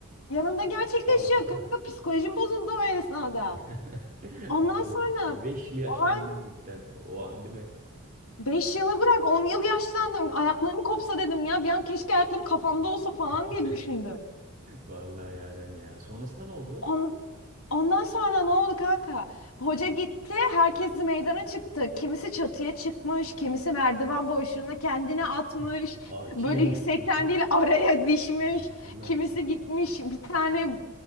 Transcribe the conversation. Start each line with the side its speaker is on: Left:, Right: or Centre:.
Left: Yanımda gerçekleşiyor
Right: Vallahi.
Left: kanka. Psikolojim bozuldu o esnada.
Right: <laughs>
Left: Ondan
Right: Vallahi
Left: sonra
Right: 5 yıl yaşlandın
Left: olay
Right: cidden o an değil mi?
Left: 5 yıla bırak 10 yıl yaşlandım. Ayaklarım kopsa dedim ya. Bir an keşke ayaklarım kafamda
Right: <laughs>
Left: olsa falan diye düşündüm.
Right: Vallahi Yaren ya. Sonrasında ne oldu?
Left: On, Ondan sonra ne oldu kanka? Hoca gitti, herkes meydana çıktı. Kimisi çatıya çıkmış, kimisi merdiven boşluğuna kendini atmış.
Right: <laughs> Aa, çil
Left: Böyle
Right: yavrusu
Left: yüksekten
Right: gibi.
Left: değil araya dişmiş.
Right: Vallahi, vallahi.
Left: Kimisi gitmiş bir tane e,